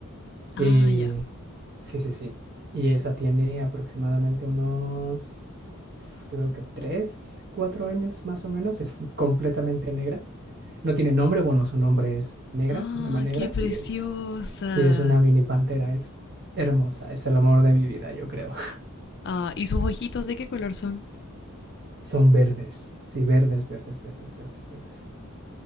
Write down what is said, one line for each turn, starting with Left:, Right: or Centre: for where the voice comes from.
Left: Ah,
Right: Y
Left: ya.
Right: sí, sí, sí. Y esa tiene aproximadamente unos, yo creo que tres, cuatro años más o menos. Es completamente negra. No tiene nombre, bueno, su nombre es negra,
Left: Ah,
Right: se llama negra
Left: qué preciosa.
Right: y es, sí, es una mini pantera, es hermosa, es el amor de mi vida, yo creo.
Left: Ah, ¿y sus ojitos de qué color son?
Right: <laughs> Son verdes, sí, verdes, verdes, verdes, verdes, verdes.